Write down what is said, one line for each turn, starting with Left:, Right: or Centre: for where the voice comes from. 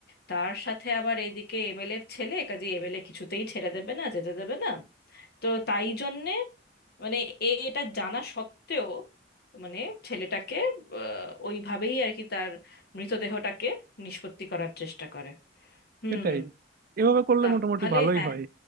Left: তার সাথে আবার এইদিকে এমএলএ এর ছেলে কাজে এমএলএ কিছুতেই ছেড়ে দেবে না যেতে দেবে না তো তাই জন্যে মানে এ এটা জানা সত্ত্বেও মানে ছেলেটাকে আহ, ওইভাবেই আর কি তার মৃতদেহটাকে নিষ্পত্তি করার চেষ্টা করে হুম
Right: এটাই এভাবে করলে
Left: তাহলে
Right: মোটামুটি ভালোই
Left: হ্যাঁ
Right: হয়